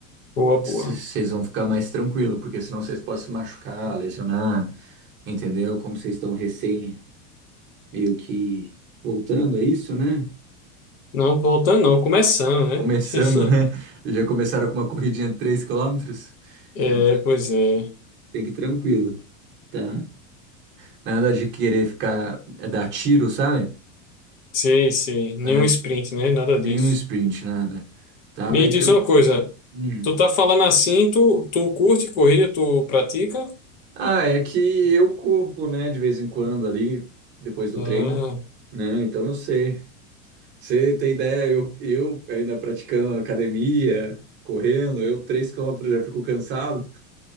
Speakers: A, on the left; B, on the right.
A: Boa, boa.
B: C- Vocês vão ficar mais tranquilo, porque senão vocês podem se machucar, lesionar, entendeu? Como vocês estão recém, meio que voltando, é isso, né?
A: Não, voltando não, começando,
B: Começando,
A: né? <laughs>
B: né? Já começaram com uma corridinha de 3 quilômetros.
A: É,
B: então
A: pois é.
B: tem que ir tranquilo, tá? Nada de querer ficar, é dar tiro, sabe?
A: Sei, sei. Nenhum
B: Nada de
A: sprint, né? Nada
B: nenhum
A: disso.
B: sprint, nada. Tá,
A: Me
B: vai
A: diz
B: tranquilo.
A: uma coisa,
B: Hum.
A: tu tá falando assim, tu, tu curte corrida, tu pratica?
B: Ah, é que eu corro, né, de vez em quando ali, depois do
A: Ah,
B: treino, né? Então eu sei. Você tem ideia, eu, eu ainda praticando academia, correndo, eu 3 quilômetros já fico cansado.